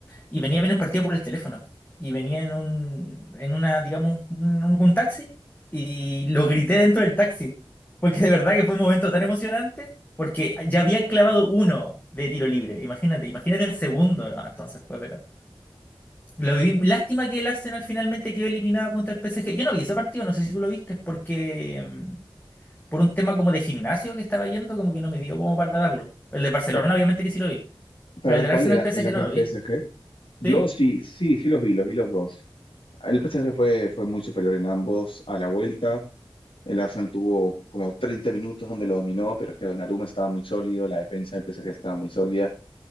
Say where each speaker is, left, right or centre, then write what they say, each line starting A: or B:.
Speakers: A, on the left (about 20°); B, on the left (about 75°).
A: y venía viendo el partido por el teléfono. Y venía en un, en una, digamos, un, un taxi y lo grité dentro del taxi. Porque de verdad que fue un momento tan emocionante porque ya había clavado uno de tiro libre. Imagínate, imagínate el segundo, ¿no? Entonces fue, pero... Lo vi- Lástima que el Arsenal finalmente quedó eliminado contra el PSG. Yo no vi ese partido, no sé si tú lo viste, porque mm, por un tema como de gimnasio que estaba yendo, como que no me dio como para darlo. El de Barcelona,
B: Para,
A: obviamente que sí lo vi,
B: para
A: pero
B: ver
A: el del
B: cuál
A: Arsenal
B: era,
A: PSG
B: el Arsenal
A: no lo
B: PSG.
A: vi.
B: Yo
A: ¿Sí?
B: sí, sí, sí los vi, los vi los dos. El PSG fue, fue muy superior en ambos a la vuelta. El Arsenal tuvo como 30 minutos donde lo dominó, pero es que Donnarumma estaba muy sólido, la defensa del PSG estaba muy sólida